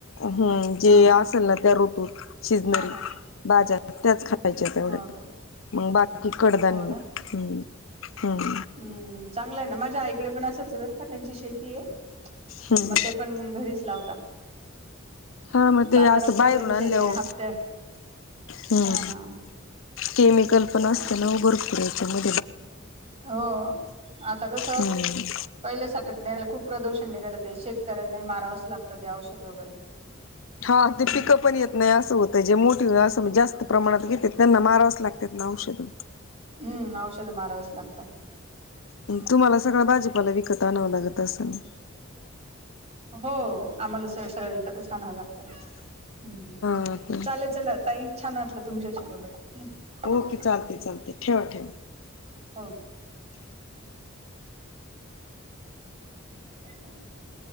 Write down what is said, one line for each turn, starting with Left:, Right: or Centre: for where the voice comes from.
Left: ह जे
Right: हा हा
Left: असेल ना त्या ऋतूत शिजनारी
Right: हा हा
Left: बाजारात त्याच खायच्या तेवढ्या
Right: हो का
Left: मग बाकी कडधान्य-
Right: हो ना
Left: हम्म हम्म
Right: हम्म चांगलं आहे ना माझ्या आईकडे पण असाच आहे बरं का त्यांची शेती आहे
Left: हम्म
Right: मग ते पण घरीच लावता-
Left: हा मग ते
Right: बाजारात
Left: असं
Right: काही
Left: बाहेरून
Right: त्यांचे
Left: आणल्या
Right: ते
Left: हो
Right: हप्ते
Left: हम्म
Right: हा हा
Left: केमिकल पण असतना
Right: हा
Left: भरपुरायच म-
Right: हो आता कस
Left: हम्म
Right: पहिले सका खूप प्रदूषण घा शेतकऱ्यांना माराच लागत ते औषध वगैरे-
Left: हा ते
Right: हम्म
Left: पिकं पण येत नाही असं होतं जे मोठी असं जास्त प्रमाणात घेत त्यांना मारावच लागतं लागात ना औषध
Right: हम्म औषध मारावच लागता.
Left: तुम्हाला सगळं भाजीपाला विकत आणावं लागत असं ना
Right: हो आम्हाला सगळं सगळं विकतच आणावं लागतं. हमी
Left: हा ते
Right: चालेल चल ताई छान वाटलं तुमच्याशी बोलुन. ह
Left: ओके चालते
Right: ते
Left: चालते ठेवा ठेवा
Right: हो <inaudible>